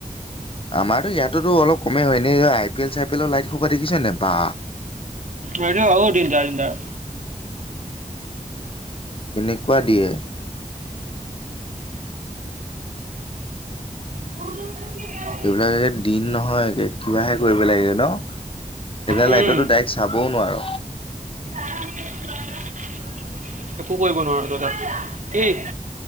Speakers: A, on the left (about 40°); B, on the right (about 60°).
A: আমাৰটো ইয়াততোটো অলপ কমে হয়। এনে আই পি এল- চাই পি এলৰ লাইট সোপা দেখিছেনে নাই? বা!
B: মেজৰ আৰু তিনটা তিনটা।
A: কেনেকুৱা দিয়ে!
B: ভুং, ভুঙ কোনদিগি যায়।
A: এইবিলাক যেন দিন নহয়, কি কিবাহে কৰি পেলাইগে ন'? এইবিলাক
B: উম
A: লাইটতটো ডাৰেক্ট চাবও নোৱাৰ।
B: একো কৰিব নোৱাৰো তই তাত। ঐ ল'ৰা,